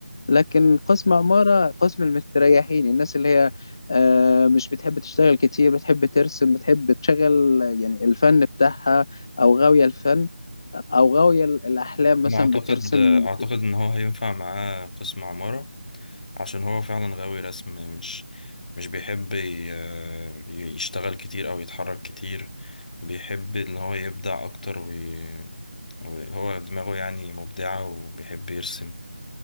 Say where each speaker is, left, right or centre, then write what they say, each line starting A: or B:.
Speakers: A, on the left; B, on the left.
A: لكن قسم عمارة قسم المستريحين الناس اللي هي آه، مش بتحب تشتغل كتير بتحب ترسم بتحب تشغل يعني الفن بتاعها أو غاوية الفن أو غاوية ال- الأحلام مثلا
B: أنا أعتقد
A: بترسم
B: أعتقد إن هو هينفع معاه قسم عمارة عشان هو فعلا غاوي رسم مش مش بيحب ي- ي- يشتغل كتير أو يتحرك كتير بيحب إن هو يبدع أكتر وي- وهو دماغه يعني مبدعة وبيحب يرسم